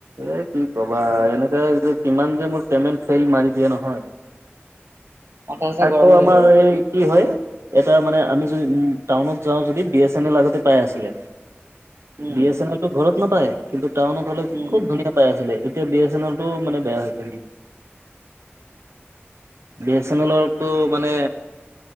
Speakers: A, on the right (about 85°); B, on the right (about 65°).
A: এ কি কবা এনেকে যে কিমান যে মোৰ পেমেণ্ট ফেইল মাৰি দিয়ে নহয়।
B: মাথা চাথা
A: আকৌ
B: গৰম হৈ
A: আমাৰ
B: যায়
A: এই কি হয়। এটা মানে আমি য, উ টাউনত যাওঁ যদি বি এ চেনেল আগতে পাই আছিলে।
B: উম
A: বি এ চেনেলটো ঘৰত নাপায় কিন্তু টাউনত হ'লে
B: উম
A: <unintelligible> পাই আছিলে এতিয়া বি এ চেনেলটো মানে বেয়া হৈ থাকি বি এ চেনেলৰটো মানে